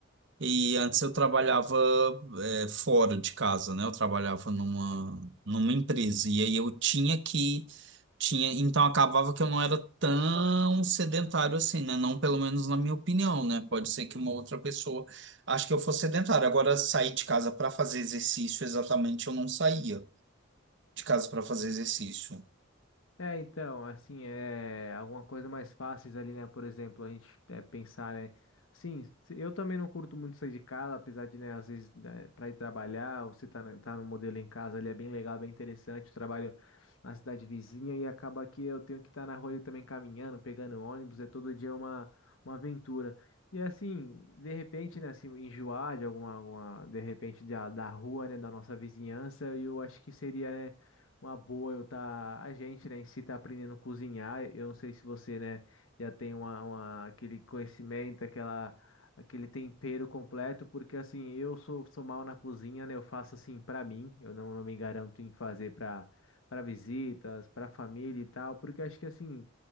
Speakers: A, on the right; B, on the left.
A: E antes eu trabalhava é, fora de casa, né? Eu trabalhava numa, numa empresa e aí eu tinha que tinha, então acabava que eu não era tão sedentário assim, né? Não pelo menos na minha opinião, né? Pode ser que uma outra pessoa acho que eu fosse sedentário. Agora sair de casa para fazer exercício exatamente eu não saía de casa para fazer exercício.
B: É, então, assim, é alguma coisa mais fáceis ali, né? Por exemplo, a gente é, pensar, né? Assim, se- eu também não curto muito sair de casa, apesar de, né, às vezes, né, para ir trabalhar, você tá, na- tá no modelo em casa, ele é bem legal, bem interessante. Eu trabalho na cidade vizinha e acaba que eu tenho que estar na rua ali também caminhando, pegando ônibus, é todo dia uma, uma aventura. E assim, de repente, né, assim, enjoar de alguma, alguma, de repente, da, da rua, né, da nossa vizinhança, eu acho que seria, né? Uma boa eu tá, a gente, né, em si tá aprendendo a cozinhar. Eu não sei se você, né, já tem uma, uma- aquele conhecimento, aquela, aquele tempero completo, porque assim, eu sou, sou mal na cozinha, né? Eu faço assim pra mim, eu não, não me garanto em fazer pra para visitas, pra família e tal, porque acho que assim,